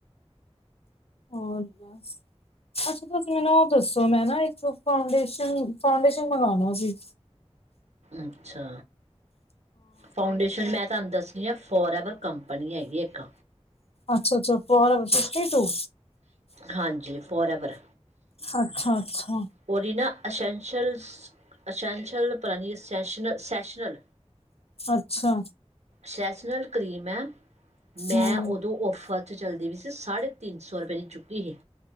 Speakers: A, on the left; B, on the right.
A: ਹੋਰ ਬਸ। ਅੱਛਾ ਤੁਸੀਂ ਮੈਨੂੰ ਉਹ ਦੱਸੋ ਮੈਂ ਨਾ ਇੱਕ ਫਾਊਂਡੇਸ਼ਨ ਫਾਊਂਡੇਸ਼ਨ ਮੰਗਵਾਉਣਾ ਸੀ।
B: ਅੱਛਾ ਫਾਊਂਡੇਸ਼ਨ ਮੈਂ ਤੁਹਾਨੂੰ ਦੱਸਣੀ ਆ ਫੋਰ ਐਵਰ ਕੰਪਨੀ ਹੈਗੀ ਇੱਕ।
A: ਅੱਛਾ ਅੱਛਾ ਫੋਰ ਅਵਰ ਫਿਫਟੀ ਟੂ।
B: ਹਾਂਜੀ ਫੋਰ ਐਵਰ।
A: ਅੱਛਾ ਅੱਛਾ।
B: ਉਹੀ ਨਾ ਅਸੈਂਸ਼ੀਅਲ ਅਸੈਂਸ਼ੀਅਲ ਪਤਾ ਨਹੀਂ ਸੈਸ਼ਨਲ।
A: ਅੱਛਾ।
B: ਸੈਸ਼ਨਲ ਕ੍ਰੀਮ ਹੈ ਮੈਂ
A: ਹਮ
B: ਉਦੋਂ ਔਫਰ। ਉੱਥੇ ਚੱਲਦੀ ਵੀ ਸੀ ਸਾਢੇ ਤਿੰਨ ਸੌ ਰੁਪਏ ਦੀ ਚੁੱਕੀ ਨਹੀ ਸੀ।